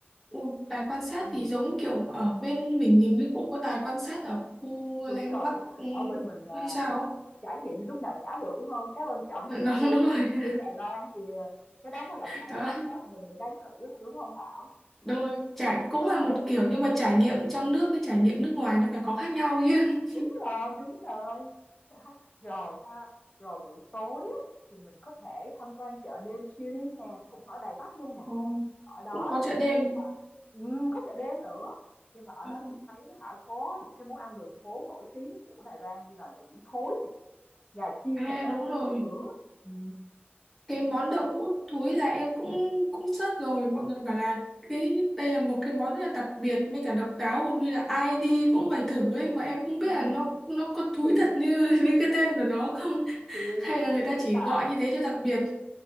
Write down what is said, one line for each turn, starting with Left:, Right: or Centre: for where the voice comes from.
Centre: Ừ, đài quan sát
Left: ừ.
Centre: thì giống kiểu ở bên mình hình như cũng có đài quan sát ở khu
Left: Đúng
Centre: Landmark
Left: rồi,
Centre: ừ,
Left: ở bên mình là
Centre: hay sao
Left: thì
Centre: ấy.
Left: trải nghiệm thì lúc nào chả được, đúng hông? Cái quan trọng
Centre: <laughs>
Left: là
Centre: Đúng,
Left: mình đặt đi
Centre: đúng
Left: Đài
Centre: rồi
Left: đi Đài Loan kìa, cái đó mới
Centre: <laughs>
Left: là cái
Centre: đó
Left: cái cái mà mình muốn đang thử á, đúng không Thảo?
Centre: đúng rồi. trải cũng
Left: Đấy,
Centre: là một kiểu nhưng mà trải nghiệm trong nước với trải nghiệm nước ngoài nó phải có khác nhau chứ
Left: đúng rồi, đúng rồi. Rồi ha, rồi buổi tối á, thì mình có thể tham quan chợ đêm Shilin nè, cũng ở Đài Bắc luôn nè.
Centre: Ồ.
Left: Ở đó
Centre: cũng có
Left: chị
Centre: chợ
Left: thấy
Centre: đêm
Left: là ừm, có chợ đêm nữa, nhưng mà ở
Centre: Ờ,
Left: đó chị thấy á hả, có những cái món ăn đường phố nổi tiếng của Đài Loan như là đậu hũ thối nè, gà chiên
Centre: à
Left: và trà
Centre: đúng
Left: sữa
Centre: rồi
Left: nữa. Ừ.
Centre: cái món đậu hũ thúi là em cũng cũng search rồi mọi người bảo là cái đây là một cái món rất là đặc biệt mới cả độc đáo hầu như là ai đi cũng phải thử ấy mà em không biết
Left: ừm.
Centre: là nó nó có thúi
Left: Chị
Centre: thật như <laughs> như cái tên của nó không
Left: chị
Centre: hay
Left: chị
Centre: là
Left: cũng
Centre: người
Left: nghĩ
Centre: ta chỉ
Left: là
Centre: gọi như thế cho đặc biệt